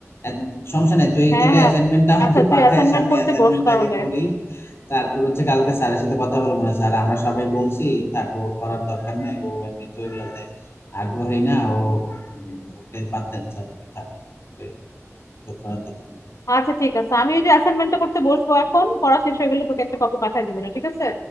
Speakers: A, on the left (about 50°); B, on the left (about 80°).
A: এক- সমস্যা নাই তুই
B: হ্যাঁ
A: তাহলে
B: হ্যাঁ
A: অ্যাসাইনমেন্টটা আমাকে
B: আচ্ছা তুই
A: পাঠাইস
B: অ্যাসাইনমেন্ট
A: আমি
B: করতে
A: অ্যাসাইনমেন্টটা
B: বস তাহলে
A: আগে করি তারপর হচ্ছে কালকে স্যারের সাথে কথা বলবো না স্যার আমরা সবাই বলছি থাক ওর করার দরকার নাই ও এমনি তো এগুলোতে আগ্রহী না ও উম, ওকে বাদ দেন স্যার ওকে থাক ওকে ওর করার দরকার নেই
B: আচ্ছা ঠিক আছে আমি ওই যে অ্যাসাইনমেন্টটা করতে বসবো এখন পড়া শেষ হয়ে গেলে তোকে একটা কপি পাঠিয়ে দেবো না ঠিক আছে